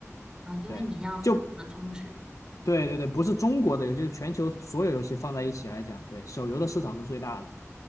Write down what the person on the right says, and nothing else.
啊，因为你要疯狂的充值。